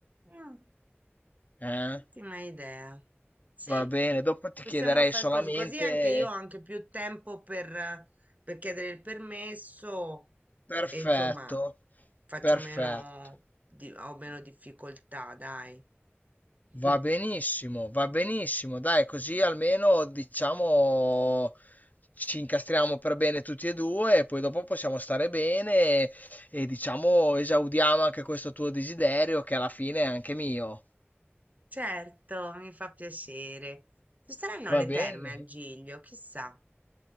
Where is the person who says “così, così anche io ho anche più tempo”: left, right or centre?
Right